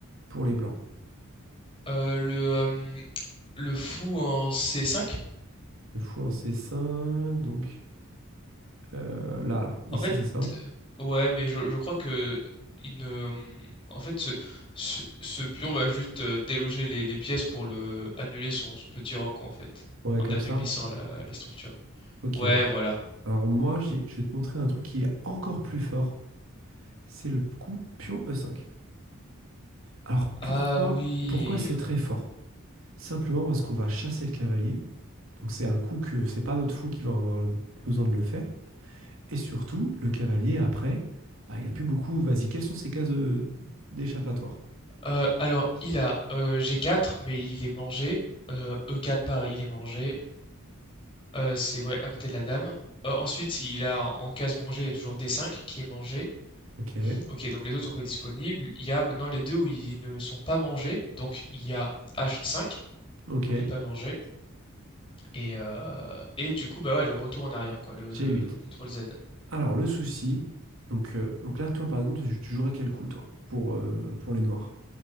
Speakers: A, on the right; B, on the left.
A: pour les blancs?
B: Heu, le, hem, le fou en C5?
A: Le fou en C5, donc euh, là, là, ici,
B: En fait,
A: c'est ça?
B: euh, ouais, mais je, je crois que il ne... en fait, ce, ce, ce pion va juste euh, déloger les, les pièces pour le annuler son, son petit roc, quoi, en fait,
A: Ouais,
B: en
A: comme
B: affaiblissant
A: ça.
B: la, la structure.
A: Ok.
B: Ouais, voilà.
A: Alors moi, j'ai- je vais te montrer un truc qui est encore plus fort. C'est le coup pion E5. Alors pourquoi,
B: Ah oui.
A: pourquoi c'est très fort? Simplement parce qu'on va chasser le cavalier. Donc c'est un coup que c'est pas notre fou qui va avoir le- besoin de le faire. Et surtout, le cavalier, après, bah, il a plus beaucoup. Vas-y, quelles sont ses cases de- d'échappatoire?
B: Euh, alors, il a euh, G4, mais il est mangé. Euh, E4, pareil, il est mangé. Euh, c'est ouais, à côté de la dame. Euh, ensuite, il a en en case mangée, il y a toujours D5 qui est mangé.
A: Ok,
B: Ok, donc les autres sont pas disponibles. Il y a maintenant les deux où ils ne sont pas mangés. Donc il y a H5
A: ok,
B: où il est pas mangé. Et, euh, et du coup, bah ouais, le retour en arrière, quoi, le,
A: j'ai
B: le,
A: huit
B: le contrôle Z.
A: Alors, le souci, donc, euh, donc là, toi, par exemple, tu, tu jouerais quel coup, toi, pour, euh, pour les noirs?